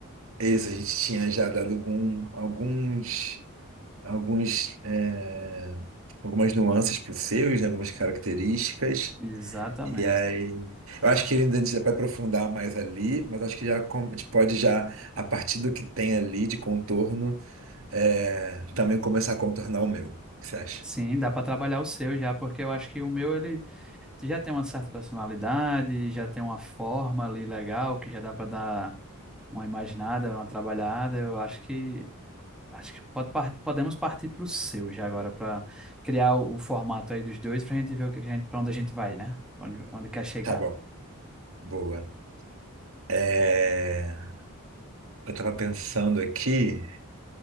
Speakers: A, on the right; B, in the centre.
A: Esse a gente tinha já dado algum, alguns, alguns, é, algumas nuances para os seus, né, algumas características.
B: Exatamente.
A: E aí, eu acho que ainda a gente vai aprofundar mais ali, mas acho que já com- a gente pode já, a partir do que tem ali de contorno, é, também começar a contornar o meu. O que você acha?
B: Sim, dá para trabalhar o seu já, porque eu acho que o meu ele já tem uma certa personalidade, já tem uma forma ali legal que já dá para dar uma imaginada, uma trabalhada. Eu acho que acho que pode par- podemos partir para o seu já agora para criar o, o formato aí dos dois para a gente ver o que que a gente, para onde a gente vai, né? Onde, onde quer chegar.
A: Tá bom. Boa. É, eu tava pensando aqui